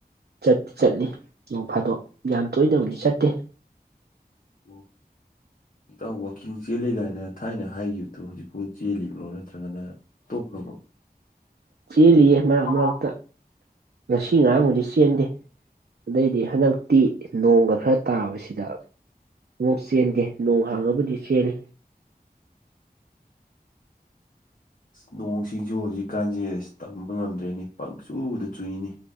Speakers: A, on the right; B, on the left.
A: ꯆꯠꯇꯤ ꯆꯠꯂꯤ ꯅꯣꯡ ꯐꯥꯗꯣꯛ ꯌꯥꯝ ꯇꯣꯏꯅꯕꯨꯗꯤ ꯆꯠꯇꯦ
B: ꯎꯝ ꯏꯇꯥꯎ ꯋꯥꯛꯀꯤꯡ ꯆꯦꯜꯂꯤ ꯒꯥꯏꯅ ꯊꯥꯏꯅ ꯍꯥꯏꯈꯤꯕꯗꯣ ꯍꯧꯖꯤꯛꯐꯥꯎ ꯆꯦꯜꯂꯤꯕ꯭ꯔꯣ ꯅꯠꯇ꯭ꯔꯒꯅ ꯇ‌ꯣꯛꯈ꯭ꯔꯕ‌ꯣ
A: ꯆꯦꯜꯂꯤꯌꯦ ꯃꯔꯛ ꯃꯔꯛꯇ
B: ꯑꯁ
A: ꯉꯁꯤ ꯉꯔꯥꯡꯕꯨꯗꯤ ꯆꯦꯟꯗꯦ ꯑꯗꯩꯗꯤ ꯍꯟꯗꯛꯇꯤ ꯅꯣꯡꯒ ꯈꯔ ꯇꯥꯕꯁꯤꯗ ꯑꯃꯨꯛ ꯆꯦꯟꯗꯦ ꯅꯣꯡ ꯍꯥꯡꯉꯕꯨꯗꯤ ꯆꯦꯜꯂꯤ
B: ꯅꯣꯡꯁꯤꯡꯖꯨ ꯍꯧꯖꯤꯛꯀꯥꯟꯁꯦ ꯇꯝꯕ ꯉꯝꯗ꯭ꯔꯦꯅꯤ ꯄꯪ ꯆꯨꯗ ꯆꯨꯏꯅꯤ